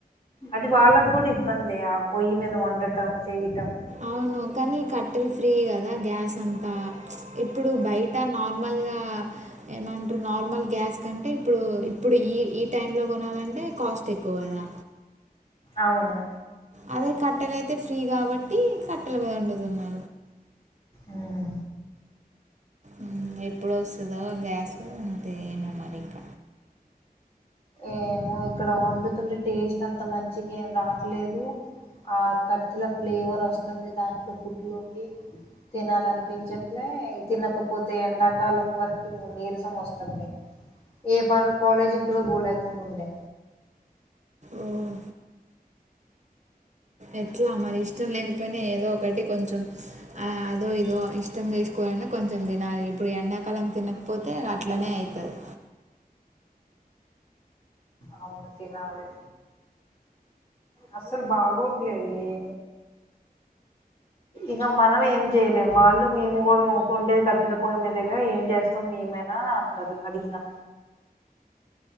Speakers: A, on the left; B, on the right.
A: అది వాళ్ళకు కూడా ఇబ్బంది ఆ పొయ్యి మీద వండటం చెయ్యటం
B: అవును కానీ కట్టెలు ఫ్రీ గదా గ్యాస్ అం ఇప్పుడు బయట నార్మల్గా ఏమంటు నార్మల్ గ్యాస్ కంటే ఇప్పుడు ఇప్పుడు ఈ ఈ టైంలో కొనాలంటే కాస్ట్ ఎక్కువదా
A: అవున
B: అదే కట్టెలైతే ఫ్రీ గాబట్టి కట్టెల మీద వండుతున్నా
A: ఉమ్
B: మ్మ్ ఎప్పుడొస్తదో ఆ గ్యాస్ తీయమ మరింక
A: ఏమో ఇక్కడ వండుతుంటే టేస్ట్ అంత మంచిగేమ్ రాట్లేదు ఆ కట్టెల ఫ్లేవర్ వస్తుంది దాంట్లో ఫుడ్ లోకి తినాలనిపించట్లై తినకపోతే ఎండాకాలం వరకి ఇంగ నీరసం వస్తుంది ఏ పనులు కాలేజీకి కూడా పోలేకుండుండే
B: ఉమ్ ఎట్లా మరి ఇష్టం లేకపోయినా ఏదో ఒకటి కొంచెం ఆ అదో ఇదో ఇష్టం చేసుకొని కొంచెం దినాలి ఇప్పుడు ఎండాకాలం తినకపోతే అట్లనే అయితది
A: అవును తినాలి అస్సలు బాగోట్లేదు ఏమి ఇక మనం ఏం చేయలేము వాళ్ళు మేము కూడా ఊకుండేది కట్టెల పొయ్యి మీద దగ్గర ఏం చేస్తాం మేమైనా అంటారు అడిగినా